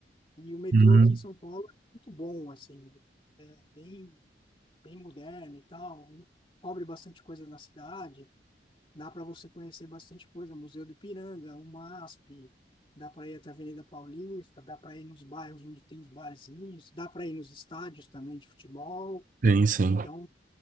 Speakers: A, on the left; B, on the right.
A: E o metrô
B: Uhum.
A: aqui em São Paulo é muito bom, assim, é bem, bem moderno e tal, cobre bastante coisa na cidade, dá para você conhecer bastante coisa, Museu do Ipiranga, o MASP, dá para ir até a Avenida Paulista, dá para ir nos bairros onde tem os barzinhos, dá para ir nos estádios também de futebol.
B: Sim, sim.
A: Então,